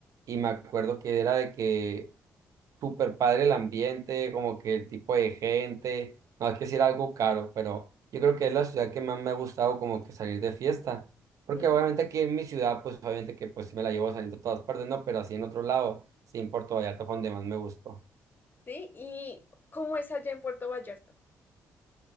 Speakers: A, on the right (about 65°); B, on the left (about 30°).
A: y me acuerdo que era de que súper padre el ambiente, como que el tipo de gente, no hay que decir algo caro, pero yo creo que es la ciudad que más me ha gustado como que salir de fiesta, porque
B: Ujú.
A: obviamente aquí en mi ciudad, pues obviamente que pues sí me la llevo saliendo a todas partes, no, pero así en otro lado, sí en Puerto Vallarta fue donde más me gustó.
B: Sí, ¿y cómo es allá en Puerto Vallarta?